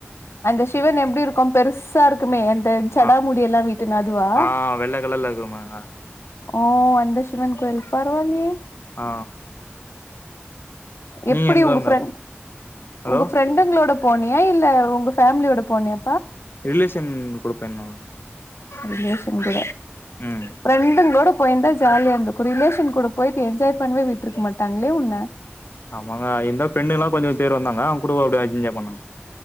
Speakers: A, on the left; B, on the left.
A: அந்த சிவன் எப்டி இருக்கு பெருஸ் சா இருக்குமே அந்த சஜடா
B: ஆ
A: முடியல்லா விட்டுனு அதுவா
B: ஆ வெள்ள கலர்ல இருக்குமாங்க
A: ஓ அந்த சிவன்கோயில் பரவாலியே
B: ஆ நீங்க
A: எப்பிடி
B: எங்கங்க
A: உங்க ஃப்ரென்
B: ஹலோ
A: உங்க ஃப்ரெண்டுங்களோட போனியா இல்ல உங்க ஃபேமிலியோட போனியா
B: ரிலேஷன் கூடப்போயிந்தோங்க
A: ரிலேசன் கூட
B: ம்
A: ஃப்ரண்டுகலோட போயிந்தா ஜாலியா இந்துக் கு ரிலேஷன் கூட போயிட்டு என்ஜாய் பண்ணவே விட்டுருக்க மாட்டாங்களே உன்ன
B: ஆமாங்க இந்த ஃப்ரண்ட்ல்லா கொஞ்சபேர் வந்தாங்க அவுங்க கூட அப்டி என்ஜா பண்ணாங்க